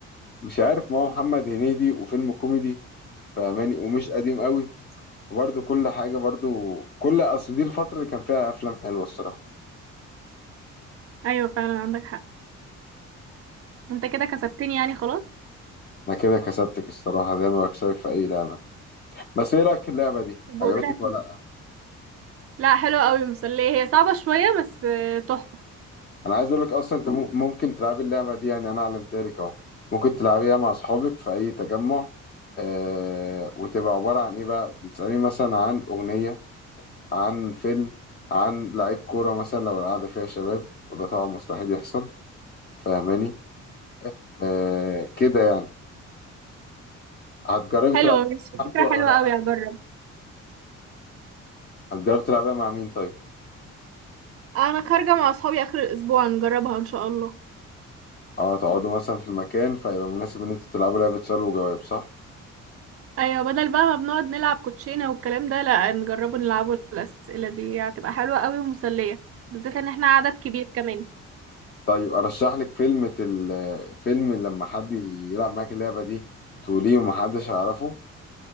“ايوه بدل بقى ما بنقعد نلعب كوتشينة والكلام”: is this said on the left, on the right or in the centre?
Right